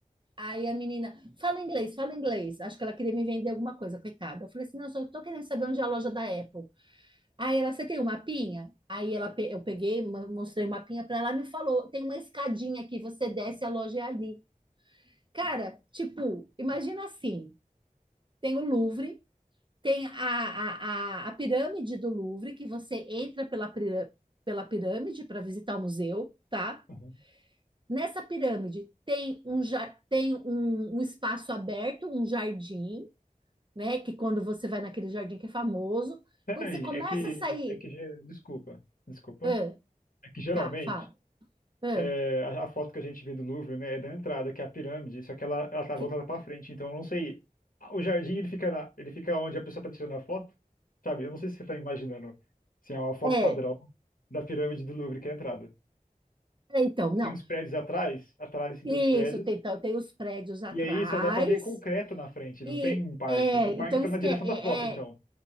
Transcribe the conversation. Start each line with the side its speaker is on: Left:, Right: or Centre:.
Right: Aí a menina, fala inglês, fala inglês. Acho que ela queria me vender alguma coisa, coitada. Eu falei assim, não, eu só tô querendo saber onde é a loja da Apple. Aí ela, você tem um mapinha? Aí ela, pe- eu peguei, ma- mostrei o mapinha para ela, ela me falou, tem uma escadinha aqui, você desce, a loja é ali. Cara, tipo, imagina assim, tem o Louvre, tem a, a, a, a pirâmide do Louvre, que você entra pela, pira- pela pirâmide para visitar o museu, tá?
Left: uhum.
Right: Nessa pirâmide tem um, ja- tem um, um espaço aberto, um jardim, né? Que quando você vai naquele jardim que é famoso,
Left: Peraí,
Right: quando você começa
Left: é que,
Right: a sair,
Left: é que, ge- desculpa, desculpa.
Right: ah,
Left: É que geralmente
Right: tá, fala, ah,
Left: é, a, a foto que a gente vê do Louvre, né, é da entrada, que é a pirâmide, só que ela, ela tá
Right: que-
Left: voltada pra frente, então eu não sei. O jardim, ele fica, na, ele fica onde a pessoa tá tirando a foto, sabe? Eu não sei se você tá imaginando se é uma foto
Right: é,
Left: padrão da pirâmide do Louvre, que é a entrada.
Right: é, então, não,
Left: Tem os prédios atrás, atrás sim,
Right: isso,
Left: tem os prédios,
Right: tem, então, tem os prédios atrás,
Left: e aí só dá pra ver concreto na frente, não
Right: e
Left: tem um parque.
Right: é,
Left: O parque
Right: então
Left: tá
Right: esque,
Left: na direção
Right: é,
Left: da foto, então.
Right: é, é